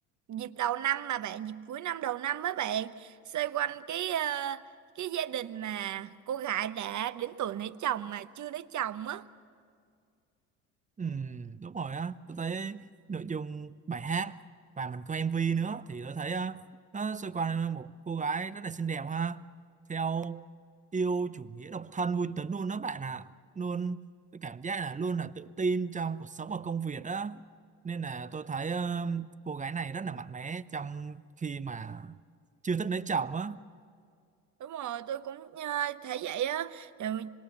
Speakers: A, on the right; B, on the right.
A: dịp đầu năm mà bạn, dịp cuối năm đầu năm á bạn, xoay quanh cái ờ, cái gia đình mà cô gái đã đến tuổi lấy chồng mà chưa lấy chồng á.
B: Ừ, đúng rồi á tôi thấy nội dung bài hát và mình coi MV nữa thì tôi thấy ờ, nó xoay quanh một cô gái rất là xinh đẹp ha theo yêu chủ nghĩa độc thân vui tính luôn đó bạn ạ luôn tôi cảm giác là luôn là tự tin trong cuộc sống và công việc đó nên là tôi thấy ờ, cô gái này rất là mạnh mẽ trong khi mà chưa thích lấy chồng á
A: Đúng rồi, tôi cũng ờ, thấy vậy á, tại vì